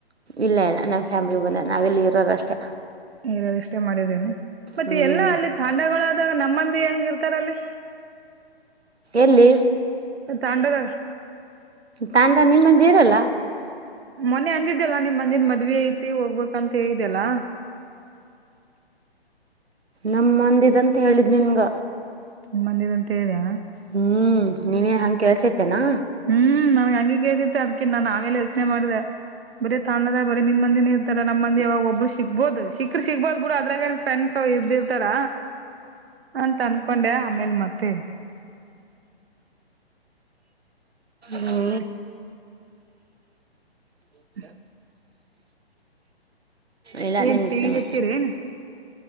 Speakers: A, on the right; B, on the right.
A: ಇಲ್ಲ ಇಲ್ಲ ನಮ್ಮ ಫ್ಯಾಮ್ಲಿಗೆ ಬಂದರೆ ನಾವೆಲ್ಲಿ ಇರೋರುಷ್ಟೇ
B: ನೀರಲ್ಲಿ ಇಷ್ಟೇ ಮಾಡಿದೀನೆ ಮತ್
A: ಹ್ಮ್
B: ಎಲ್ಲಾ ಅಲ್ಲಿ ತಾಂಡಗಳಾದಾಗ ನಮ್ಮಂದಿ ಹೆಂಗ ಇರ್ತಾರ ಅಲ್ಲಿ
A: ಎಲ್ಲಿ
B: ತಾಂಡದ
A: ತಾಂಡ ನಿಮ್ಮಂದ ಇರಲ್ಲ
B: ಮೊನೆ ಅಂದಿದ್ದೆಲ್ಲಾ ನಿಮ್ ಮಂದಿದ್ ಮದುವೆ ಐತಿ ಹೋಗ್ಬೇಕಂತ ಹೇಳಿದ್ದಲ್ಲಾ
A: ನಮ್ಮ ಮಂದಿದಂತ ಹೇಳಿದ್ ನಿನ್ಗ
B: ನಿಮ್ಮಂದಿರ ಅಂತ ಹೇಳಾ
A: ಹ್ಮ್ ನೀನೇನ್ ಹಂಗ ಕೆಲ್ಸ ತೇನಾ
B: ಹ್ಮ್ ನನ್ಗೆ ಹಂಗಿ ಕೇಸಿತ್ತ ಅದಕಿ ನಾನನ್ ಆಮೇಲೆ ಯೋಚನೆ ಮಾಡಿದೆ ಬರೀ ತಾಣಳಲದ ಬೇ ನಿಮ್ಮ್ಂದಿ ಇರ್ತಾರ ನಮ್ಮಂದಿ ಯಾವಾಗ ಒಬ್ರು ಸಿಗ್ಬೋದು ಸಿಕ್ಕರು ಸಿಗ್ಬೋದು ಬಿಡ ಅದ್ರಾಗ ಫ್ರೆಂಡ್ಸ್ ಅವ ಇದ್ದಿರ್ತಾರ ಅಂತ ಅನ್ಕೊಂಡೆ ಆಮೇಲ್ ಮತ್ತೆ <unintelligible>
A: ಹ್ಞೂ
B: <inaudible>
A: ಇಲ್ಲ
B: ಏನ್
A: ನಿಮ್ಮ
B: ಟಿವಿ ಹಚ್ಚಿರ ಏನ್